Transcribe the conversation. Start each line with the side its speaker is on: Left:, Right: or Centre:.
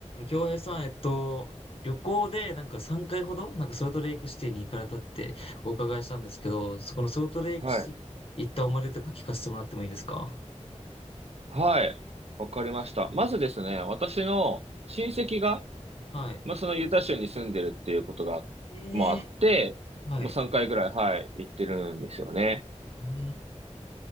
Left: 京平さん、えっと、旅行でなんか3回ほど、なんかソルトレイクシティに行かれたってお伺いしたんですけど、そこのソルトレイクシティに行った思い出とか聞かせてもらってもいいですか
Right: はい。はい。わかりました。まずですね、私の親戚が、
Left: はい。
Right: まあ、そのユタ州に住んでるっていうことが、
Left: え
Right: もあって、
Left: ー、はい。
Right: もう3回ぐらい、
Left: え
Right: はい、行ってるんですよね。
Left: ー、